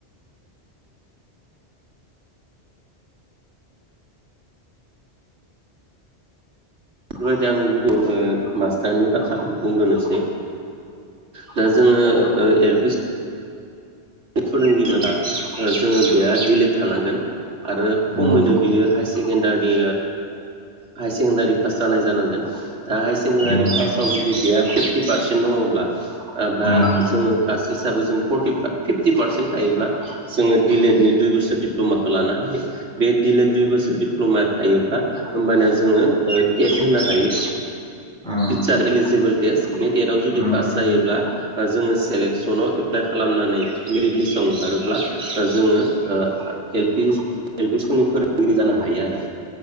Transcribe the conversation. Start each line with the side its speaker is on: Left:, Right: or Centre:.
Right: बेफोरबायदि आङो गिबियाव मास्टारनि बाथ्राखौनो बुंग्रोनोसै दा जोङो ओ
Centre: औ
Right: एल पि फोरोंगिरि बा जोङो बेहा दिलेड थानांगोन आरो खमैनो
Centre: उम
Right: बियो हायसे सेकणारि हायार सेकेण्डारि पास जानाय जानांगोन दा हायार सेकेण्डारि
Centre: उम
Right: पासाव जुदि बेहा फिफ्टि पारसेन्ट दङब्ला बा
Centre: उम
Right: जोङो कासट हिसाबै जों फर्टिफाइभ फिफ्टि पारसेन्ट थायोब्ला जोङो डिलेड नि दुइ बोसोर दिप्लमाखो लानो हायो बे दिलेड दुइ बोसोर सोर दिप्लमा थायोब्ला होमबाना जोङो टेट होनो हायो
Centre: उम
Right: टिचार इलिजिबोल टेस्ट बे टेटआव जुदि
Centre: उम
Right: पास जायोब्ला ओ जोङो सेलेकसनाव एप्लाइ खालामनो हायो मेरिट लिस्टआव ओंखारोब्ला जोङो ओ एल पि स्कुलनि फोरोंगिरि जानो हायो हायो आरो